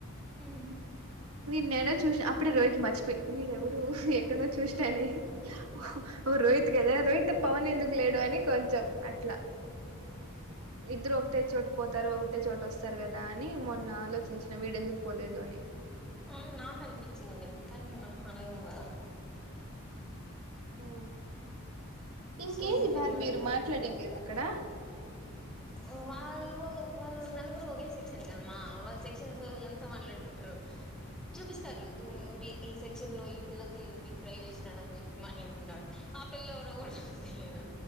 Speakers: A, in the centre; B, on the right.
A: ఊ
B: వీ నేనో చూసిన అప్పుడే రోహిత్ ని మర్చిపోయి వీడెవడు ఎక్కడనో చూసినానె ఓ ఓ రోహిత్ కదా రోహిత్ పవన్ ఎందుకు లేడు అని కొంచెం అట్లా ఇద్దరు ఒక్కటే చోట పోతారు ఒగటే చోట వస్తారు గదా అని మొన్న ఆలోచించ్న వీడెందుకు పోలేదు అని
A: ఆ నాకన్పించింది కాన్ మనం అడగం గదా
B: ఆ ఇంకేంది
A: సో నేనేం
B: భర్
A: అడగలే
B: మీరు మాట్లాడిండేది అక్కడ
A: ఊ వాళ్ళూ వాళ్ళ్ నలుగురు ఒగే సెక్షన్ గదమ్మా వాళ్ళ్ సెక్షన్సు విళ్ళంత మాట్లాడుకుంట్రు చూపిస్తారు ఉ వీ ఈ సెక్షన్ లో ఈ పిల్లకి డ్రైవ్ జేస్నాడన్ జొ మాట్లాడుకుంటాండ్ ఆ పిల్ల ఎవరో గుడ దెలీదు